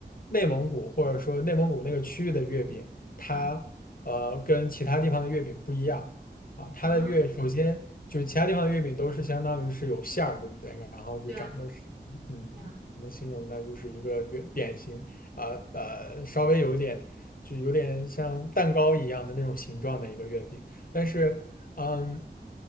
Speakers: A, on the left; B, on the right.
A: 内蒙古或者说内蒙古那个区域的月饼，它呃跟其他地方的月饼不一样啊。
B: 嗯
A: 它的月首先就是其他地方的月饼都是相当于是有馅儿，
B: 啊，
A: 对不对？然后就长得是嗯怎么形容呢？
B: 对啊，对啊，
A: 就是一个月扁形啊呃，呃稍微有一点就有点像蛋糕一样的那种形状的一个月饼，但是。嗯，